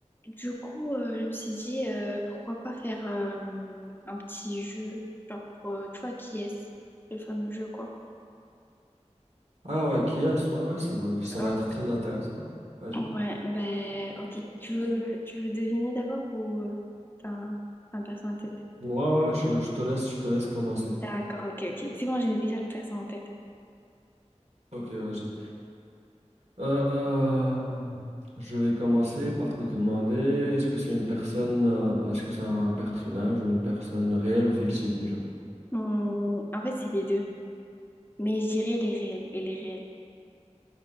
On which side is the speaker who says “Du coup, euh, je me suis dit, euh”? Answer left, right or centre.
Left